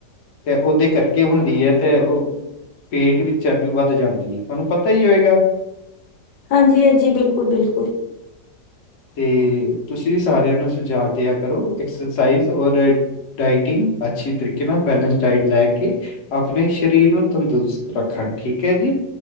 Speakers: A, on the left (about 55°); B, on the left (about 80°).
A: ਤੇ ਉਹਦੇ ਕਰਕੇ ਹੁੰਦੀ ਹੈ ਤੇ ਉਹ ਪੇਟ ਵਿੱਚ ਚਰਬੀ ਵੱਧ ਜਾਂਦੀ ਹੈ ਤੁਹਾਨੂੰ ਪਤਾ ਹੀ ਹੋਏਗਾ।
B: ਹਾਂਜੀ, ਹਾਂਜੀ ਬਿਲਕੁਲ, ਬਿਲਕੁਲ
A: ਤੇ ਤੁਸੀਂ ਵੀ ਸਾਰਿਆਂ ਨੂੰ ਸੁਝਾਅ ਦਿਆ ਕਰੋ। ਐਕਸਰਸਾਈਜ਼ ਔਰ ਡਾਇਟਿੰਗ ਅੱਛੀ ਤਰੀਕੇ ਨਾਲ ਬੈਲੇਂਸ ਡਾਇਟ ਲੈ ਕੇ ਅਪਨੈ ਸ਼ਰੀਰ ਨੂੰ ਤੰਦਰੁਸਤ ਰੱਖਣ ਠੀਕ ਹੈ ਜੀ